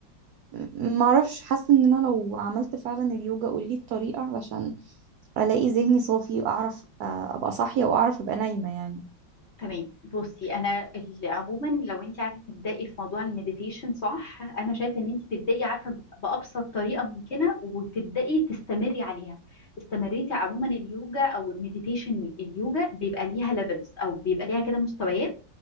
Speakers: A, on the right (about 75°); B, on the left (about 45°).
A: ما اعرفش حاسه ان انا لو عملت فعلا اليوجا قولي الطريقه علشان الاقي ذهني صافي واعرف آه، ابقى صاحيه واعرف ابقى نايمه يعني
B: تمام بصي انا ال- عموما لو انت عايزه تبداي في موضوع المديتيشن صح انا شايفه ان انت تبداي عارفه ب- بابسط طريقه ممكنه وتبداي تستمري عليها استمريتي عموما اليوجا او المديتيشن ال- اليوجا بيبقى ليها ليفلز او بيبقى ليها كده مستويات